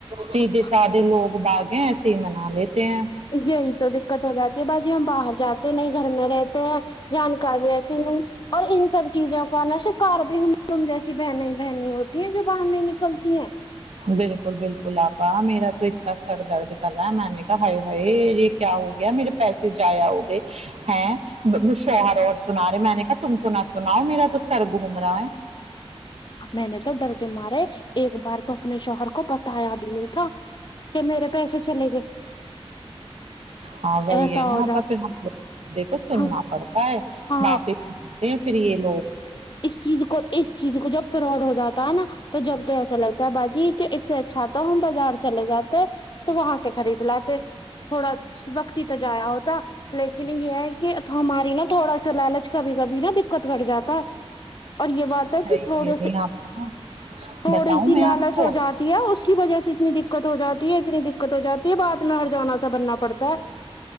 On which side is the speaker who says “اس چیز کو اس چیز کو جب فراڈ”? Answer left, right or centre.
Left